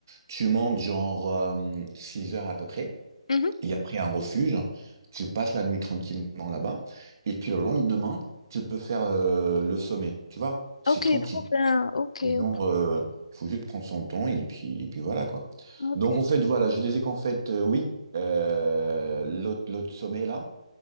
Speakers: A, on the right; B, on the left.
A: Tu montes genre euh, 6 heures à peu près,
B: Mhm.
A: et après un refuge, tu passes la nuit tranquillement là-bas, et puis le lendemain, tu peux faire euh, le sommet, tu vois, c'est
B: Ok,
A: tranquille.
B: trop bien. Ok,
A: Genre,
B: ok,
A: euh, faut juste prendre son temps, et puis, et puis voilà quoi.
B: ok.
A: Donc en fait, voilà, je disais qu'en fait, euh, oui, euh, l'autre, l'autre sommet là,